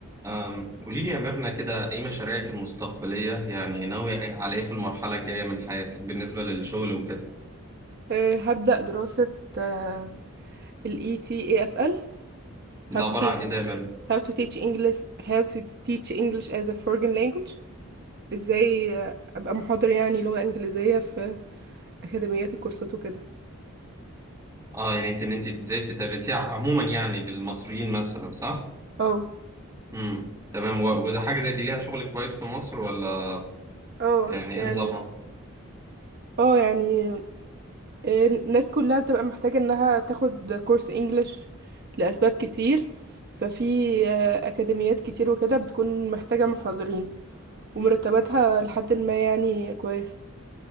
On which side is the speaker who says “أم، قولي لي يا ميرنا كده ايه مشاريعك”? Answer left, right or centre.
Right